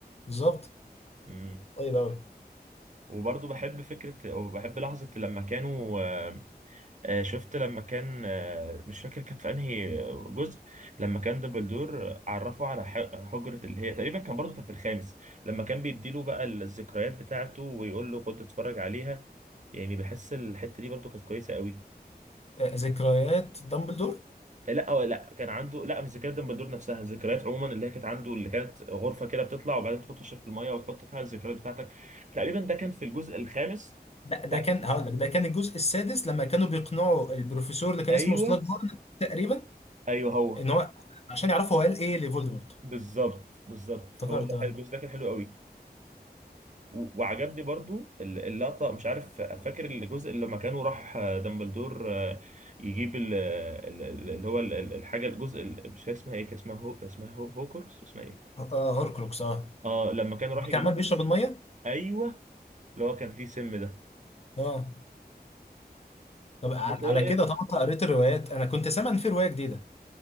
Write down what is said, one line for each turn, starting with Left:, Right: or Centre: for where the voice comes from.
Left: بالظبط
Right: امم
Left: طيب قوي
Right: وبرضه بحب فكرة وبحب لحظة لما كانوا آه، آه، شفت لما كان آه، مش فاكر كانت في انهي جزء لما كان دبلدور عرفه على ح- حجرة اللي هي تقريبا كان برضه كان في الخامس لما كان بيديله بقى الذكريات بتاعته ويقول له خد اتفرج عليها يعني بحس الحتة دي برضه كانت كويسة قوي
Left: آه، ذكريات دامبلدور
Right: آه، لا هو لا كان عنده لا مش ذكريات دمبلدور نفسها ذكريات عموما اللي هي كانت عنده اللي كانت غرفة كده بتطلع وبعدين تحط وشك في المية وتحط فيها الذكريات بتاعتك تقريبا ده كان في الجزء الخامس
Left: لا ده
Right: لا
Left: كان هقول لك ده كان الجزء السادس لما كانوا بيقنعوا البروفيسور اللي كان
Right: ايوه
Left: اسمه سلاج هورن تقريبا
Right: ايوه هو
Left: ان هو عشان يعرفوا هو قال ايه لفولدمورت
Right: بالظبط بالظبط
Left: افتكرت
Right: هو
Left: اه
Right: ده الجزء ده كان حلو قوي و- وعجبني برضو ال- اللقطة مش عارف فاكر الجزء اللي لما كانوا راح آه، دامبلدور آه، يجيب ال- ال- ال- اللي هو ال- ال- الحاجة الجزء ال- مش عارف اسمها ايه كان اسمها هو اسمها هو هوكرس اسمها ايه
Left: آه، هوركروكس اه
Right: اه لما كانوا راح
Left: لما
Right: يجيبوها
Left: كان عمال بيشرب الميه
Right: ايوه اللي هو كان فيه سم ده
Left: اه طب على
Right: وانت ايه
Left: على
Right: رأيك
Left: كده طبعا أنت قريت الروايات انا كنت سامع ان في روايه جديده